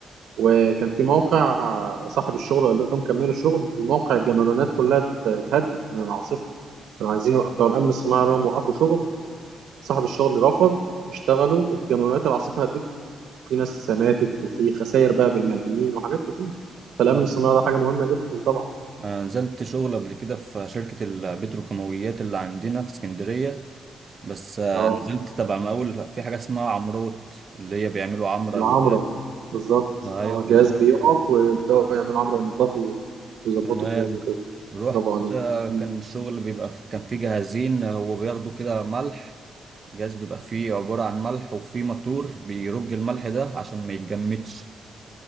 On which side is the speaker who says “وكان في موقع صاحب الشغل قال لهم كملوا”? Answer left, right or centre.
Right